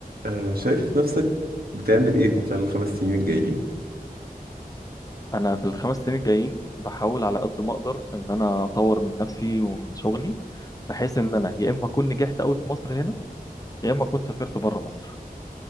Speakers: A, on the right; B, on the left.
A: آه، شايف نفسك بتعمل ايه في خلال الخمس سنين الجايين
B: انا في الخمس سنين الجايين بحاول على قد ما اقدر ان انا اطور من نفسي ومن شغلي بحيث ان انا يا اما اكون نجحت قوي في مصر هنا يا اما اكون سافرت بره مصر